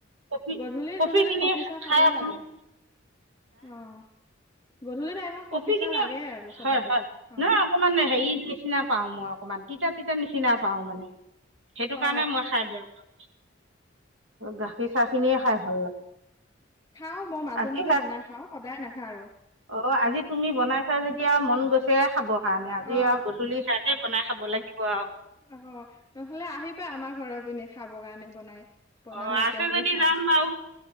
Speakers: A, on the right; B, on the left.
A: কফি
B: গধূলি
A: কফিখিনি
B: গধূলি কফি চাহ খাব
A: খাই অকণমান
B: লাগে অ। গধূলি টাইমত
A: কফি খিনি,
B: চাহ লাগে আৰু চবকে
A: হয় হয়
B: অ
A: নহয় অকমান হেৰি নিচিনা পাও মই অকমান তিতা তিতা নিচিনা পাও মানে সেইটো
B: অ
A: কাৰণে মই খাই বেয়া পাওঁ। গাখীৰ চাহ খিনিয়ে খাই ভাল লাগে।
B: খাও মই মাজে
A: আজি
B: মাজে বনাই খাওঁ, সদায় নাখাওঁ আৰু।
A: অ আজি তুমি বনাইছা যেতিয়া মন গৈছে খাবৰ কাৰণে
B: অ
A: আজি আৰু গধূলি সেয়াতে বনাই খাব লাগিব। দিব।
B: অ নহলে আহিবা আমাৰ ঘৰৰ পিনে খাব কাৰণে বনাই। বনাম
A: অ
B: একেলগে
A: আছে যদি
B: খাম
A: যাম বাৰু